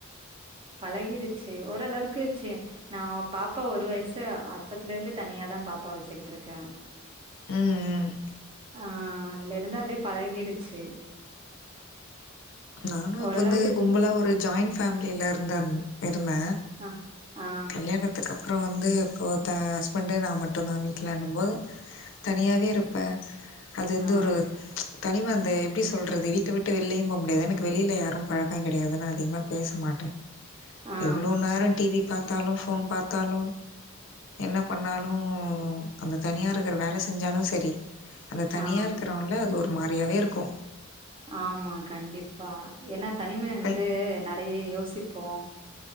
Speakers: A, on the right; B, on the left.
A: பழகிடுச்சு ஓரளவுக்குச்சு நா பாப்பா ஒரு வயசு அப்பத்துல இருந்து தனியாதா பாப்பா வச்சுக்கிட்டு இருக்க
B: ம் ம்
A: ஆ அதுல இருந்து அப்டியே பழகிடுச்சு
B: நானு
A: ஓரளவுக்கு
B: இப்போ வந்து கும்பலா ஒரு ஜாயிண்ட் ஃபேமிலியில இருந்தது இருந்த
A: ஆ ஆ
B: கல்யாணத்துக்குக்கப்புறம் வந்து இப்போது த ஹஸ்பண்டு நா மட்டும் தா வீட்ல்லன்னும் போது தனியாவே இருப்ப அது வந்து
A: ஆ
B: ஒரு தனிம அந்த எப்டி சொல்லறது வீட்ட விட்டு வெளிலியு போ முடியாது எனக்கு வெளியில்ல யாரு பழக்க கிடையாது என்னா நா அதிகமா பேச மாட்டே
A: ஆ
B: எவ்ளோ நேர டிவி பார்த்தாலு போன் பார்த்தாலு என்ன பண்ணாலு அந்த தனியா இருக்கிற வேல செஞ்சாலு சரி அந்த தனியா
A: ஆ
B: இருக்கிறவன்ல அது ஒரு ஒரு மாரியாவே இருக்கு
A: ஆமா கண்டிப்பா ஏன்னா தனிமை வந்து
B: கை
A: நிறைய யோசி ப்போ